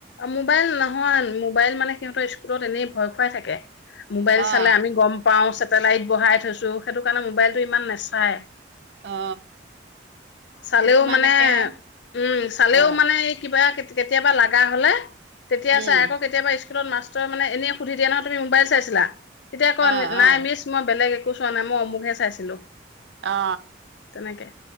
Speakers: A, on the left (about 70°); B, on the right (about 65°).
A: মোবাইল নহয় মোবাইল মানে সিহঁতৰ স্কুলত এনেই ভয় খুৱাই থাকে। মোবাইল চালে
B: অ
A: আমি গম পাও লাইট বহাই থৈছো সেইটো কাৰণে মোবাইলতটো ইমান নেচায়
B: অ
A: চালেও
B: কিছুমান
A: মানে
B: একে
A: উম চালেও
B: অ
A: মানে এই কিবা কেতিয়াবা লাগা হলে তেতিয়া
B: উম
A: চাই আকৌ কেতিয়াবা স্কুলত মাচ মানে এনেই সুধি দিয়া নহ তুমি মোবাইল চাইছিলা তেতিয়া আকৌ
B: অ
A: নাই
B: অ
A: মিছ মই বেলেগ এক এইটো চোৱা নাই মই অমুকহে চাইছিলো
B: অ
A: তেনেকে